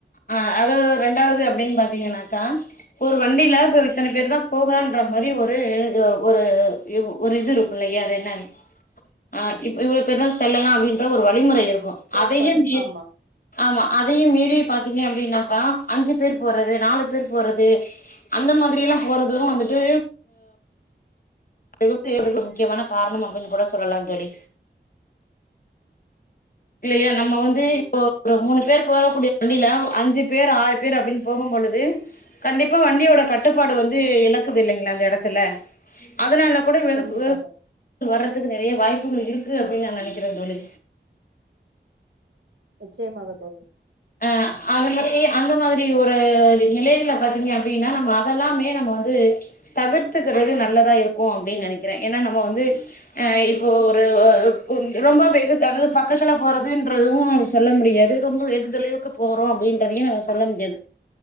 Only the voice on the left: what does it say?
ஆ அதோ அதோ ரெண்டாவது அப்டின்னு பாத்தீங்கன்னாக்கா ப்ப ஒரு வண்டியில இப்ப இத்தனை பேர் தான் போகறான்ற மாரி ஒரு ஒரு வ் ஒரு இது இருக்கு இல்லையா அது என்ன ஆ இப் இவ்ளோ பேர்தா செல்லலா அப்டின்ற ஒரு வழிமுறை இருக்கூ
அதையு மீர்
ஆமா அதையு மீறி பாத்தீங்க அப்படின்னாக்கா அஞ்சு பேர் போறது நாலு பேர் போறது அந்த மாதிரி எல்லா போறதும் வந்துட்டு வர்கள் முக்கியமான காரணம் அப்டின்னு கூட சொல்லலா தோழி இல்லையா நம்ம வந்து இப்போ ஒரு மூணு பேர் போகக்கூடிய வண்டில அஞ்சு பேர் ஆறு பேர் அப்டின்னு போகும் பொழுது கண்டிப்பா வண்டியோட கட்டுப்பாடு வந்து இழக்குது இல்லைங்களா அந்த இடத்துல அதனால கூட விருப்பு
வர்றதுக்கு நிறைய வாய்ப்புகள் இருக்கு அப்படின்னு நான் நினைக்கிறே தோழி
அ அந்த மாதிரி அந்த மாதிரி ஒரு நிலையில பாத்தீங்க அப்படின்னா நம்ம அதெல்லாமே நம்ம வந்து தவிர்த்துக்கறது நல்லதா இருக்கு அப்டின்னு நினைக்கிறே ஏன்னா நம்ம வந்து அ இப்போ ஒரு ரொம்ப வெகு அதாவது பக்கத்துல போறதுன்றதுவு சொல்ல முடியாது ரொம்பவே தொலைவுக்கு போறோ அப்டின்றதையு சொல்ல முடியாது